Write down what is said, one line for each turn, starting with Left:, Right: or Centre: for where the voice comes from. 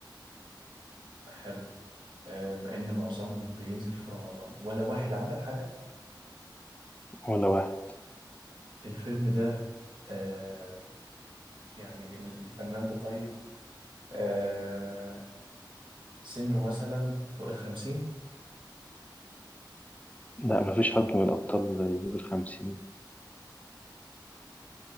Right: حلو آه مع إن معظمهم بينزل في رمضان ولا واحد عمل حاجة
Left: ولا واحد
Right: الفيلم ده آه يعني ال- الفنان ده طيب آه سنه مثلا فوق الخمسين
Left: لا مفيش حد من الأبطال يجيب الخمسين